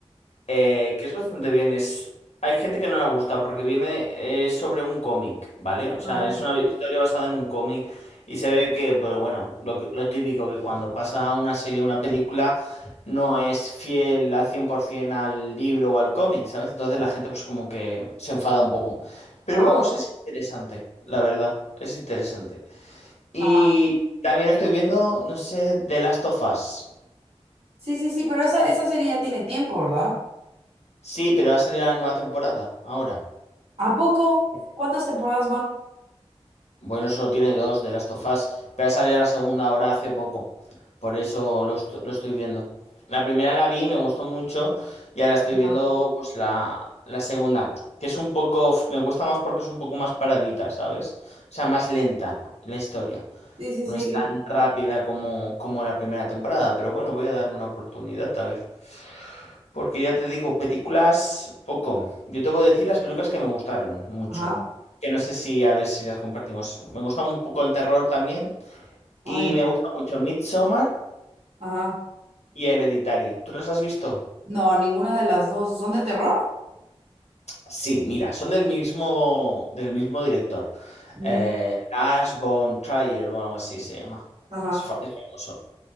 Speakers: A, on the left; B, on the right.
A: eh, que es bastante bien. Es, hay gente que no le ha gustado porque viene eh, sobre un cómic, ¿vale? O sea,
B: ajá,
A: es una historia basada en un cómic y se ve que, pues bueno, lo, que- lo típico que cuando pasa una serie, o una película, no es fiel al 100% al libro o al cómic, ¿sabes? Entonces la gente pues como que se enfada un poco. Pero
B: ajá,
A: vamos, es interesante, la verdad, es interesante. Y
B: ajá.
A: también estoy viendo, no sé, The Last of Us.
B: Sí, sí, sí, pero esa, esa serie ya tiene tiempo, ¿verdad?
A: Sí, pero ha salido la nueva temporada ahora.
B: ¿A poco? ¿Cuántas temporadas van?
A: Bueno, solo tiene dos de Last of Us, pero ha salido la segunda ahora hace poco. Por eso lo, est- lo estoy viendo. La primera la vi, me gustó mucho, y ahora estoy
B: Ajá.
A: viendo pues la, la segunda, que es un poco, me cuesta más porque es un poco más paradita, ¿sabes? O sea, más lenta la historia.
B: Sí, sí,
A: No
B: sí.
A: es tan rápida como, como la primera temporada, pero bueno, voy a darle una oportunidad a ver. Porque ya te digo, películas poco. Yo te voy a decir las películas que me gustaron mucho.
B: Ajá.
A: Que no sé si, a ver si las compartimos. Me gusta un poco el terror también.
B: Ay,
A: Y
B: no.
A: me gusta mucho Midsommar
B: Ajá.
A: y Hereditary. ¿Tú las has visto?
B: No, ninguna de las dos. ¿Son de terror?
A: Sí, mira, son del mismo, del mismo director.
B: Ujú.
A: Eh, Lars von Trier o algo así se llama.
B: Ajá,
A: Es, fa- es famoso.